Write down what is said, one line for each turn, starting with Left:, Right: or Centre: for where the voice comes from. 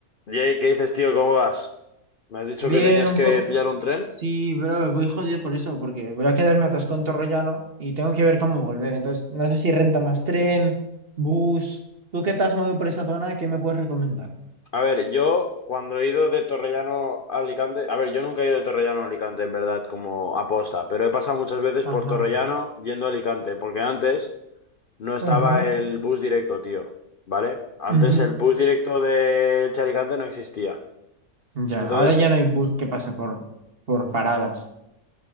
Left: Jay, ¿qué dices, tío? ¿Cómo vas? Me has dicho
Right: Bien,
Left: que tenías
Right: un
Left: que
Right: poco.
Left: pillar un tren.
Right: Sí, pero voy jodido por eso, porque voy a quedarme atascado en Torrellano y tengo que ver cómo volver. Entonces, no sé si renta más tren, bus. ¿Tú qué te has movido por esa zona? ¿Qué me puedes recomendar?
Left: A ver, yo cuando he ido de Torrellano a Alicante, a ver, yo nunca he ido de Torrellano a Alicante, en verdad, como aposta, pero he pasado muchas veces
Right: Ajá.
Left: por Torrellano yendo a Alicante, porque antes no estaba
Right: Ajá. Ujú.
Left: el bus directo, tío, ¿vale? Antes
Right: <clears throat>
Left: el bus directo de Elche a Alicante no existía.
Right: Ya,
Left: Entonces,
Right: ahora ya no hay bus que pase por, por paradas.